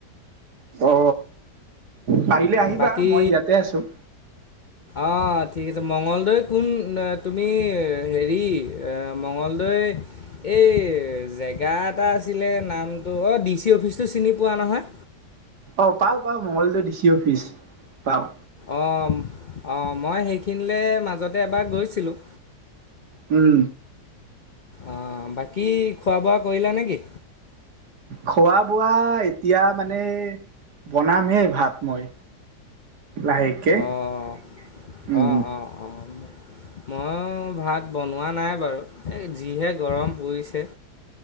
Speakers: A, on the right; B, on the left.
A: উ পাৰিলে আহিবা
B: বাকী
A: মই ইয়াতে আছো
B: অঁ ঠিক আছে মঙ্গলদৈ কোন তুমি হেৰি মঙলদৈ এই জেগাত এটা আছিলে নামটো অ দি চি অফিচটো চিনি পোৱা নহয়
A: অ পাও পা মংগলটো ডি চি অফিচ পাওঁ
B: অঁ অঁ মই সেইখিনিলৈ মাজতে এবাৰ গৈছিলোঁ
A: উম
B: অ' বাকী, খোৱা বোৱা কৰিলা নেকি
A: খোৱা বোৱা এতিয়া মানে বনামহে ভাত মই। লাহেকে,
B: অঁ
A: উম।
B: অঁ অঁ অঁ ময়ো ভাত বনোৱা নাই বাৰু যিহে গৰম পৰিছে